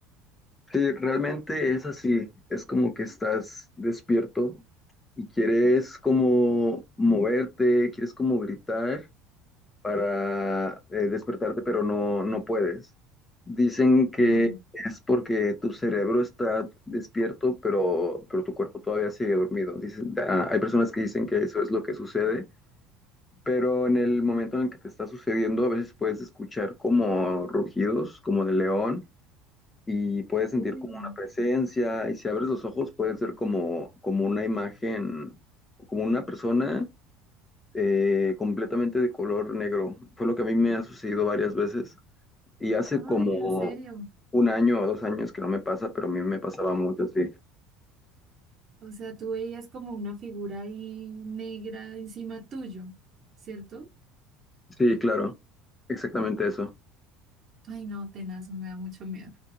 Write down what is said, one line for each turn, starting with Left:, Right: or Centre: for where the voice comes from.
Left: Sí, realmente es así, es como que estás despierto y quieres como moverte, quieres como gritar, para eh, despertarte, pero no, no puedes. Dicen que
Right: Claro.
Left: es porque tu cerebro está despierto, pero, pero tu cuerpo todavía sigue dormido. Dicen- da- hay personas que dicen que eso es lo que sucede, pero en el momento en el que te está sucediendo, a veces puedes escuchar como rugidos, como de león, y puedes sentir
Right: Uy,
Left: como una presencia, y si abres los ojos puedes ver como, como una imagen, como una persona eh, completamente de color negro. Fue lo que a mí me ha sucedido varias veces. Y hace
Right: ay,
Left: como
Right: en serio.
Left: un año o dos años que no me pasa, pero a mí me pasaba mucho, sí.
Right: O sea, tú veías como una figura ahí negra encima tuyo, ¿cierto?
Left: Sí, claro, exactamente eso.
Right: Ay, no, tenaz, me da mucho miedo.